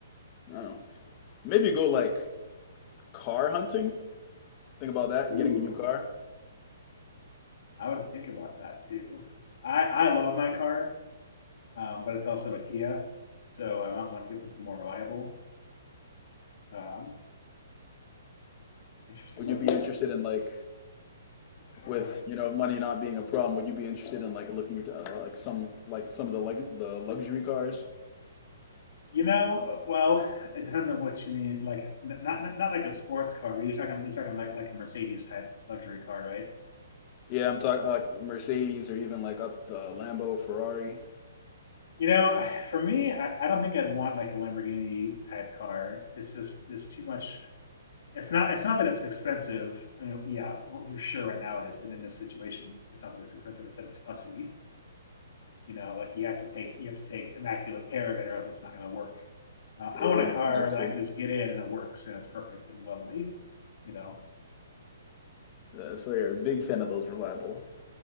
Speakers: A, on the left; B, on the left.
A: No. Maybe go like car hunting. Think about that.
B: Ooh,
A: Getting a new car.
B: I would think about that too. I I love my car, um, but it's also a Kia, so I might want to get something more reliable. Um, interesting.
A: Would
B: What
A: you be
B: what
A: interested in like
B: car
A: with
B: would I
A: you
B: get?
A: know money not being a problem? Would you be interested in like looking at uh, like some like some of the like the luxury cars?
B: You know, uh, well, it depends on what you mean. Like not not, not like a sports car, but you're talking you're talking like like a Mercedes type luxury car, right?
A: Yeah, I'm talking like Mercedes or even like up the Lambo, Ferrari.
B: You know, <sighs> for me, I, I don't think I'd want like a Lamborghini type car. It's just there's too much It's not. It's not that it's expensive. I mean, yeah, we're sure right now it is, but in this situation, it's not that it's expensive. It's that it's fussy. You know, like you have to take you have to take immaculate care of it, or else it's not going to work. Uh, I
A: Yeah,
B: want a car
A: that's
B: that
A: true.
B: I can just get in and it works and it's perfect and lovely. You know,
A: Uh, so you're a big fan of those reliable